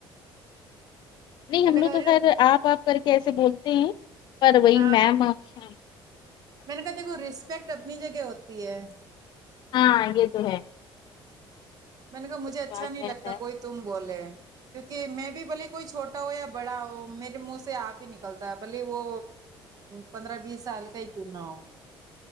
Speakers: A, on the left; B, on the right.
A: نہیں
B: میں
A: ہم
B: نے
A: لوگ
B: کہا
A: تو
B: مجھے
A: خیر آپ آپ کر کے ایسے بولتے ہیں پر وہی
B: ہاں
A: میم اچھا
B: میں نے کہا دیکھو ریسپیکٹ اپنی جگہ ہوتی ہے
A: ہاں یہ تو ہے
B: میں نے کہا
A: کچھ
B: مجھے اچھا
A: بات
B: نہیں
A: ہے
B: لگتا
A: خیر
B: کوئی تم بولے کیونکہ میں بھی بھلے کوئی چھوٹا ہو یا بڑا وہ میرے منہ سے آپ ہی نکلتا ہے بھلے وہ پندرہ بیس سال کا ہی کیوں نہ ہو